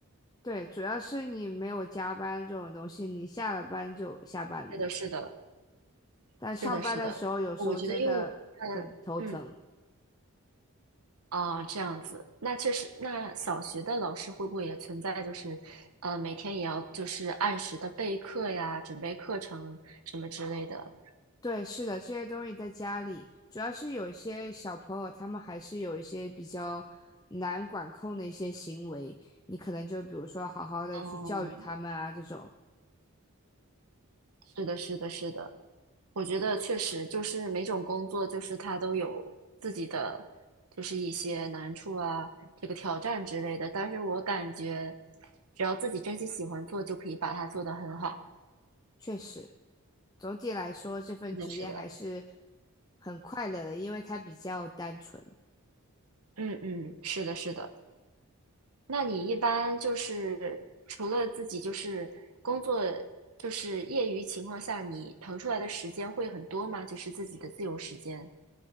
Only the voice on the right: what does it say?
是的，是的，
是的，是的，我觉得因为嗯嗯，啊，这样子，那确实，那小学的老师会不会也存在，就是呃，每天也要就是按时的备课呀，准备课程什么之类的？
哦，
是的，是的，是的。我觉得确实就是每种工作，就是它都有自己的，就是一些难处啊，这个挑战之类的。但是我感觉，只要自己真心喜欢做，就可以把它做得很好。
是的，是的，
嗯嗯，是的，是的。那你一般就是除了自己就是工作，就是业余情况下，你腾出来的时间会很多吗？就是自己的自由时间。